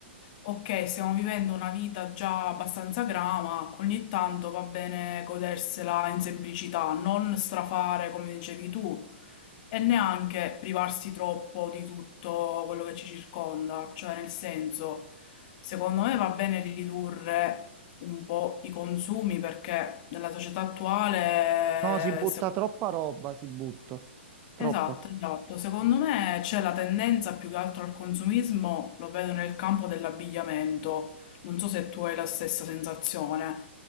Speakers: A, on the left; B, on the right.
A: ok, stiamo vivendo una vita già abbastanza grama, ogni tanto va bene godersela in semplicità, non strafare come dicevi tu. E neanche privarsi troppo di tutto quello che ci circonda, cioè nel senso, secondo me va bene ridurre un po' i consumi perché nella società attuale,
B: No, si butta
A: se-
B: troppa roba, si butta. Troppa.
A: esatto, esatto, secondo me c'è la tendenza più che altro al consumismo, lo vedo nel campo dell'abbigliamento, non so se tu hai la stessa sensazione,